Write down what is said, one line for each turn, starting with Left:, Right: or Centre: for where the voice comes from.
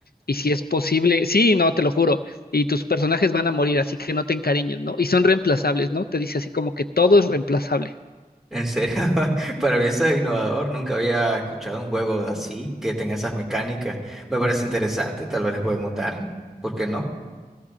Left: Y si es posible, sí, no, te lo juro, y tus personajes van a morir, así que no te encariñes, ¿no? Y son reemplazables, ¿no? Te dice así como que todo es reemplazable.
Centre: ¿En serio? <laughs> Para mí eso es innovador. Nunca había escuchado un juego así que tenga esas mecánicas. Me parece interesante. Tal vez les podemos dar. ¿Por qué no?